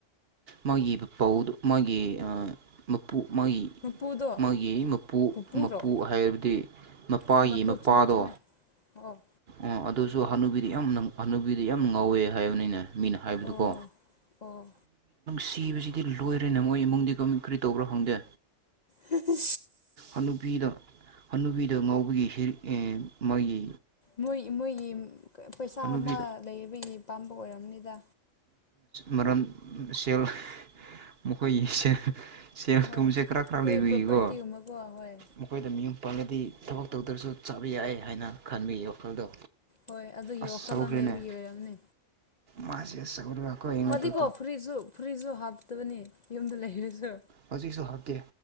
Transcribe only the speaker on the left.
ꯃꯄꯨꯗꯣ
ꯄꯨꯄꯨꯔꯣ
ꯍꯣꯏ ꯃꯄꯨ
ꯆꯨꯝꯃꯦ ꯆꯨꯝꯃꯦ ꯑꯣ
ꯑꯣ ꯑꯣ
ꯍꯝ
ꯃꯣꯏ ꯃꯣꯏꯒꯤ ꯄꯩꯁꯥ
ꯑꯃ ꯂꯩꯕꯒꯤ ꯄꯄꯥꯝꯕ ꯑꯣꯏꯔꯝꯅꯤꯗ
ꯍꯣꯏ
ꯃꯣꯏ
ꯄ꯭ꯔꯣꯄꯔꯇꯤꯒꯨꯝꯕꯀꯣ ꯍꯣꯏ
ꯍꯣꯏ ꯑꯗꯨꯒꯤ
ꯋꯥꯈꯜꯂꯣꯟ
ꯂꯩꯕꯒꯤ ꯑꯣꯏꯔꯝꯅꯦ
ꯃꯥꯗꯤꯀꯣ ꯐꯨꯔꯤꯠꯁꯨ ꯐꯨꯔꯤꯠꯁꯨ ꯍꯥꯞꯇꯕꯅꯤ ꯌꯨꯝꯗ ꯂꯩꯔꯁꯨ